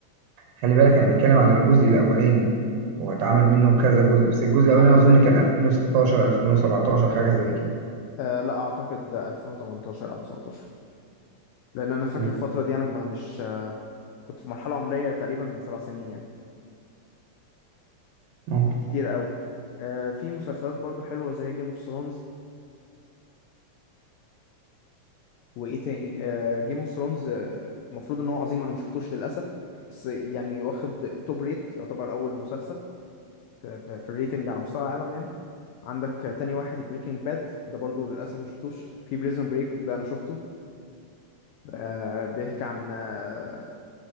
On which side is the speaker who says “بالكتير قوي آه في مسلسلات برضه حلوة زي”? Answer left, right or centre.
Left